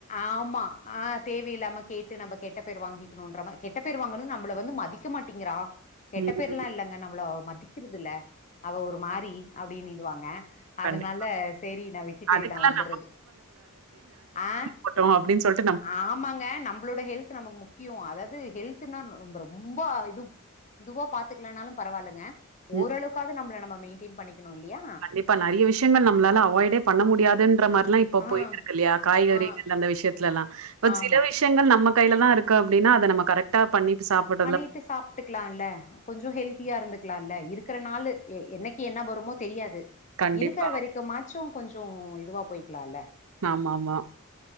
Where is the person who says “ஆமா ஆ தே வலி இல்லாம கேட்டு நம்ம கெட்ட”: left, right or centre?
Left